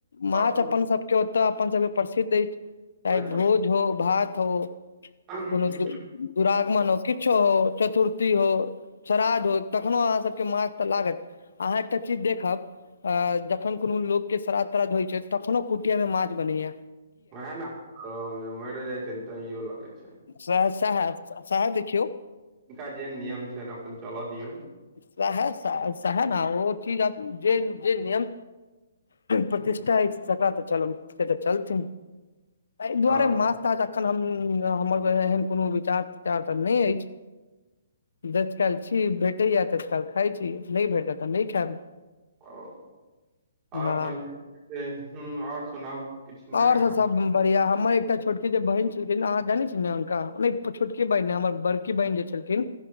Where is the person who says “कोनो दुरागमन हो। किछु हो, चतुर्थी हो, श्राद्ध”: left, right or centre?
Left